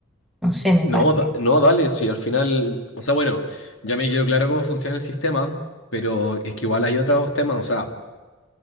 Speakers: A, in the centre; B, on the left.
A: no sé, me
B: No,
A: parece
B: da- no, dale, sí, al final, o sea, bueno, ya me quedó claro cómo funciona el sistema, pero es que igual hay otros temas, o sea,